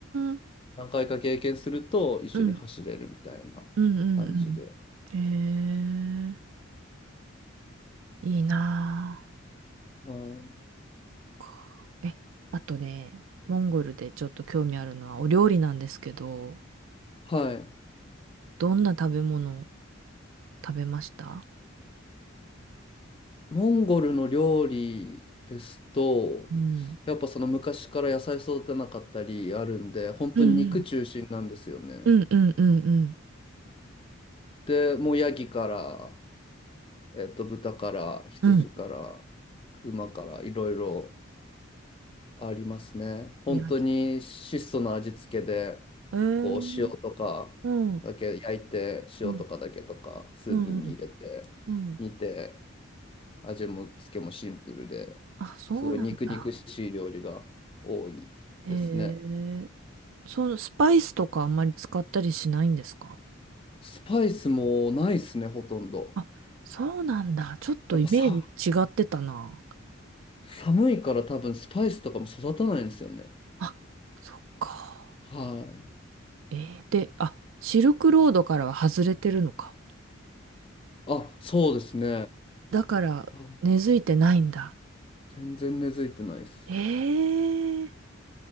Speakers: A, on the right; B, on the left.
A: ん。
B: 何回か経験すると一緒に走れるみたいな感じで。
A: うん。うんうんうん。へえ、いいな
B: はい。
A: あかえ、あとね、モンゴルでちょっと興味あるのはお料理なんですけど、
B: はい。
A: どんな食べ物食べました
B: モンゴルの料理ですと、
A: うん。
B: やっぱその昔から野菜育てなかったりあるんで、本当に肉中心なんですよね。
A: うんうんうんうんうんうん。
B: で、もうヤギから、えっと、豚から、羊から、
A: うん。
B: 馬から、いろいろ。ありますね。本当に質素な味付けで、
A: 焼き。えー、
B: こう塩とかだけ焼いて、
A: うん。
B: 塩とかだけとか、
A: うん
B: スープに入れて、
A: うんうんうん。
B: 煮て、味も付けもシンプルで、
A: あ、そうなんだ。
B: すごい肉肉しい料理が多いですね。
A: へえ、そのスパイスとかあんまり使ったりしないんですか
B: スパイスもないですね、ほとんど。
A: あ、そうなんだ。ちょっとイメージ違ってたな。
B: やっぱさ、寒いから多分スパイスとかも育たないんですよね。
A: あ、そっか。
B: はい。
A: えー、で、あ、シルクロードからは外れてるのか。
B: あ、そうですね。
A: だから、
B: 多分
A: 根付いてないんだ。
B: 全然根付いてないです。
A: えー、